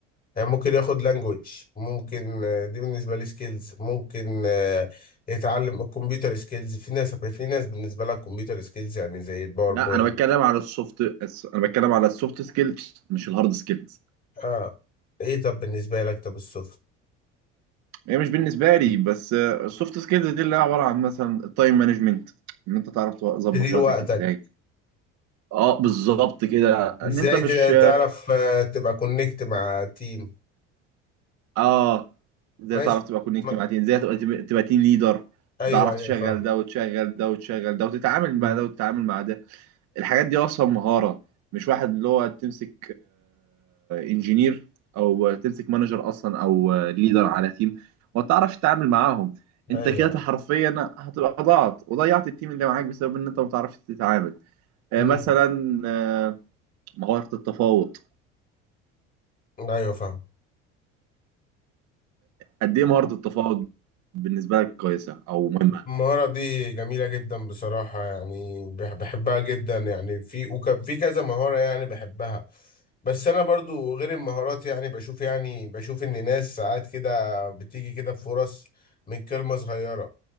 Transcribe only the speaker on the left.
يعني ممكن ياخد لانجوج ممكن آه، دي بالنسبة لي سكيلز ممكن آه، يتعلم الكمبيوتر سكيلز في ناس في ناس بالنسبة لها الكمبيوتر سكيلز يعني زي الباوربوينت
اه ايه طب بالنسبة لك طب السوفت
تدير
وقتك
ازاي
ت- تعرف آه، تبقى كونكت مع تيم
ماشي
ما...
ايوه
ايوه
فاهم
ايوه
ايوه
امم
ايوه فاهم
المهارة دي جميلة جدا بصراحة يعني بح- بحبها جدا يعني في وك- في كذا مهارة يعني بحبها بس أنا برضو غير المهارات يعني بشوف يعني بشوف إن ناس ساعات كده بتيجي كده بفرص من كلمة صغيرة